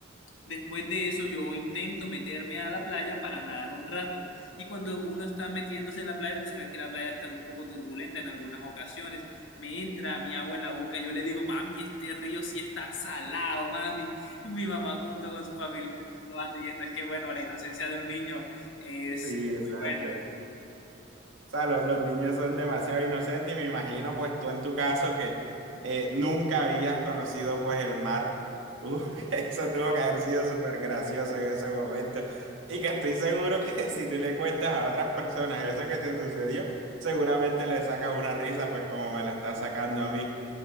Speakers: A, on the left; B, on the right.
A: Después de eso yo intento meterme a la playa para nadar un rato. Y cuando uno está metiéndose en la playa, tú sabes que la playa está un poco turbulenta en algunas ocasiones. Me entra mi agua en la boca, yo le digo, mami, este río sí está salado, mami. Y mi mamá junto con sus familiares se estaba riendo. Es que bueno, la inocencia de un niño es,
B: Sí,
A: es
B: exacto.
A: muy buena.
B: sea, los, los niños son demasiado inocentes y me imagino pues tú en tu caso que eh, nunca habías conocido pues el mar. Uh, <laughs> eso tuvo
A: No,
B: que haber sido
A: no,
B: súper gracioso en ese momento. Y que estoy seguro que <laughs> si tú le cuentas a otras personas eso que te sucedió, seguramente le sacas una risa pues como me la está sacando a mí.